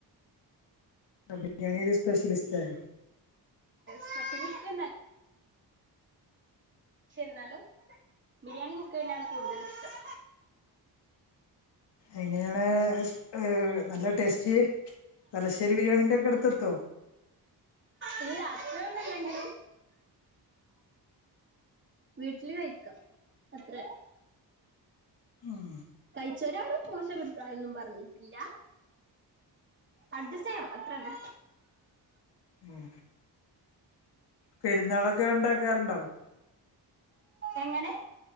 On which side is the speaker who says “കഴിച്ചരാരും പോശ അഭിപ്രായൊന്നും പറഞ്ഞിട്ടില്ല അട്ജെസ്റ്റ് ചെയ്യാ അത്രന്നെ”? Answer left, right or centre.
Right